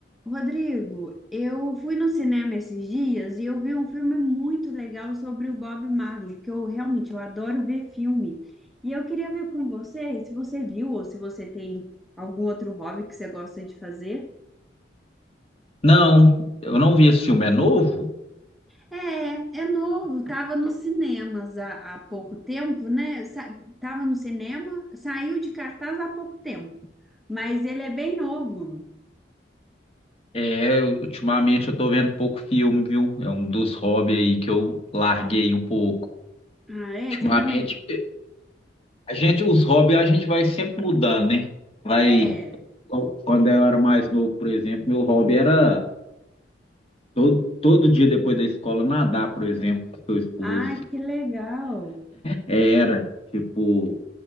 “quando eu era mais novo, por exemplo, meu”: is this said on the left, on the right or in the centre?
Left